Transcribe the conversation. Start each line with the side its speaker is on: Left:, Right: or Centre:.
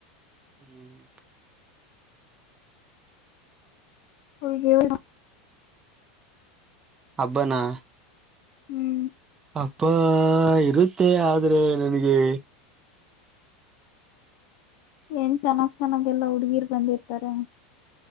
Right: ಹ್ಮ್
Left: ಹೌ ಹವ
Right: ಹಬ್ಬಾನ
Left: ಹ್ಮ್
Right: ಅಪ್ಪ ಇರುತ್ತೆ ಆದ್ರೆ ನನಗೆ
Left: ಏನ್ ಚೆನ್ನಾಗ್ ಚೆನ್ನಾಗೆಲ್ಲಾ ಹುಡ್ಗೀರ್ ಬಂದಿರ್ತಾರ